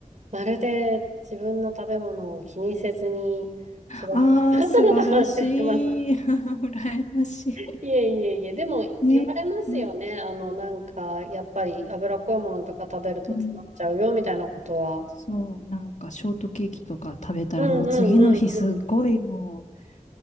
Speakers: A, on the right; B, on the left.
A: まるで自分の食べ物を気にせずに育ってしまったのと反省してます。
B: ああ、素晴らしい。<laughs> 羨まし
A: いえいえいえ、でも言われますよね。
B: い。ね。うん。
A: あの、なんか、やっぱり脂っこいものとか食べると詰まっちゃうよみたいなことは。
B: うん。そう、なんかショートケーキとか食べたらもう次の日すっごいもう
A: うんうんうんうん。